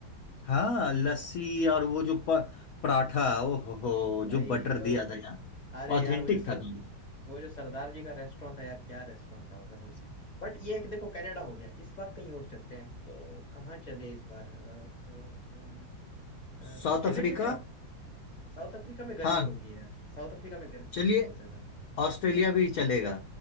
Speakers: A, on the left; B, on the left.
A: हाँ लस्सी और वो जो प, पराठा ओ हो हो
B: भाई
A: जो बटर
B: अ,
A: दिया था यार
B: अरे
A: ऑथेंटिक
B: यार वो जो सर
A: था दोनों
B: वो जो सरदार जी का रेस्टोरेंट था यार क्या रेस्टोरेंट था वो कसम से बट ये है कि देखो कनाडा हो गया इस बार कहीं और चलते हैं तो कहाँ चले इस बार अ, अ, अम, अ,
A: South
B: ऑस्ट्रेलिया
A: Africa
B: चले साउथ अफ्रीका में गर्मी
A: हाँ
B: होगी यार साउथ अफ्रीका में गर्मी
A: चलिए
B: होगी बहुत ज्यादा
A: ऑस्ट्रेलिया भी चलेगा